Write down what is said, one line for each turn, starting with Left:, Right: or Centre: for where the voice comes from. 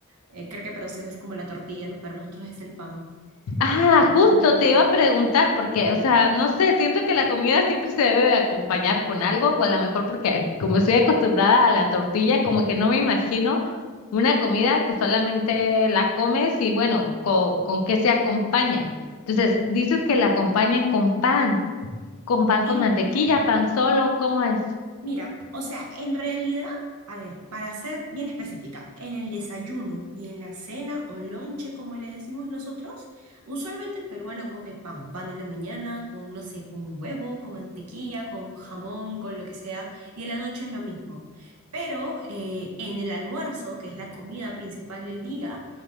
Right: Eh, creo que para ustedes es como la tortilla, ¿no? Para nosotros es el pan.
Left: Ah,
Right: Lo
Left: justo
Right: comemos mucho.
Left: te iba a preguntar, porque, o sea, no sé, siento que la comida siempre se debe de acompañar con algo, o a lo mejor porque como estoy acostumbrada a la tortilla, como que no me imagino una comida que solamente la comes y bueno, co- ¿con qué se acompaña? Entonces, dices que la acompañan con pan, con pan
Right: Sí,
Left: con mantequilla, pan solo, ¿cómo es?
Right: Mira, o sea, en realidad, a ver, para ser bien específica, en el desayuno y en la cena o lonche, como le decimos nosotros, usualmente el peruano come pan, pan en la mañana con, no sé, con huevo, con mantequilla, con jamón, con lo que sea, y en la noche es lo mismo. Pero eh, en el almuerzo, que es la comida principal del día,